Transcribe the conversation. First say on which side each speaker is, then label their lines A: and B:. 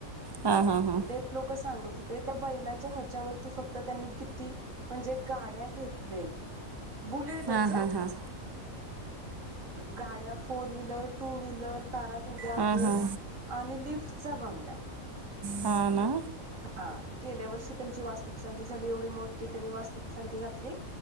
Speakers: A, on the right (about 25°); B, on the right (about 65°).
A: हा हा हा.
B: ते लोक सांगत होते, त्या बैलाच्या ह्याच्यावरती फक्त त्यांनी किती म्हणजे गाड्या घेतलेत बुलेटच
A: हां
B: हा-
A: हां हां
B: गाड्या फोर व्हीलर, टू व्हीलर, दारात उभ्या आहेत.
A: हां हां
B: आणि लिफ्टचा बंगला आहे.
A: ह ना?
B: हा गेल्या वर्षी त्यांची वास्तु शांती झाली, एवढी मोठी त्यांनी वास्तु शांती घातली